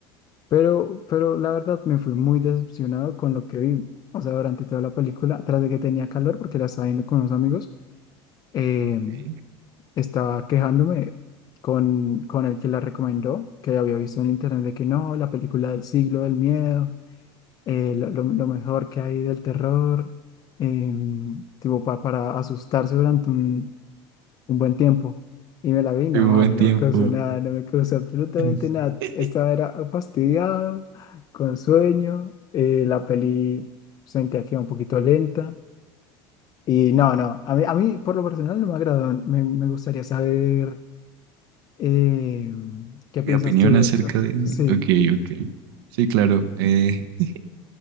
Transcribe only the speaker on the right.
Ok.
Un buen
tiempo.
<laughs>
Mi
opinión
acerca
de...
Ok, ok. Sí, claro. eh, <laughs>